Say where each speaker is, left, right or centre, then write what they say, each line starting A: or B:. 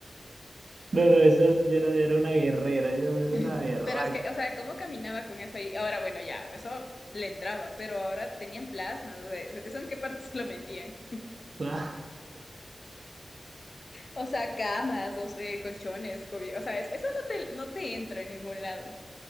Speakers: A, on the right; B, on the left.
A: no, no, esa señora era una guerrera, yo era
B: <laughs>
A: una berraca,
B: Pero es que, o sea, cómo caminaba con eso ahí. Ahora, bueno, ya, eso le entraba, pero ahora tenían plasmas, o sea, ¿eso en qué parte se lo metían?
A: <laughs> Ah,
B: O sea, camas, dos, eh, colchones, cobi- o sea, es- eso no te, no te entra en ningún lado.